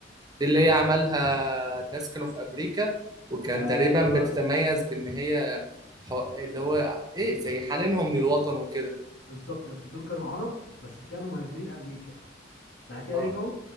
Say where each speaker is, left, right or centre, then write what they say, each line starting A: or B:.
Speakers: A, on the right; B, on the left.
A: دي اللي هي عملها
B: ودي
A: الناس كانوا في امريكا وكان
B: ايوه
A: تقريبا بتتميز بان هي حق- اللي هو ايه زي حنينهم للوطن وكده
B: بالظبط يا اسطى دول كانوا عرب بس كانوا مهاجرين امريكا بعد كده
A: اه
B: رجعوا